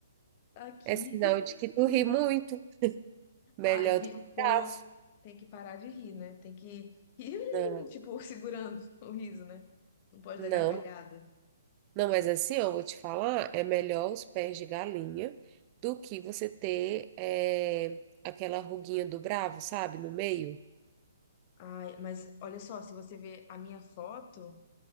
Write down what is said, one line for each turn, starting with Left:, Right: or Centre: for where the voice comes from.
Left: aqui.
Right: é sinal de que tu ri muito, melhor
Left: Ah, vi-
Right: do que
Left: pô,
Right: tava.
Left: tem que parar de rir, né? Tem que rir,
Right: Não,
Left: hum, tipo, <laughs> segurando o riso, né? Não pode
Right: não.
Left: dar gargalhada.
Right: Não, mas assim, eu vou te falar, é melhor os pés de galinha do que você ter eh, aquela ruguinha do bravo, sabe, no meio.
Left: Ai, mas olha só, se você ver a minha foto,